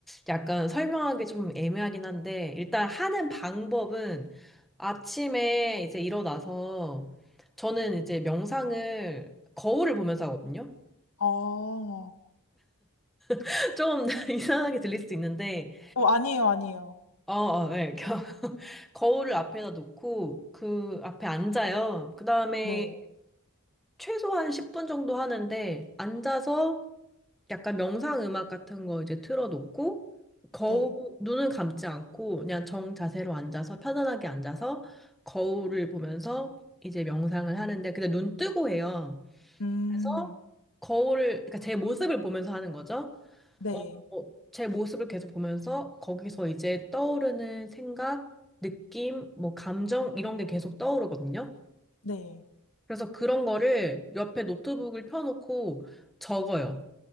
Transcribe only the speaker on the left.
아, 어,
아니에요, 아니에요.
네,
네.
음,
네,
네.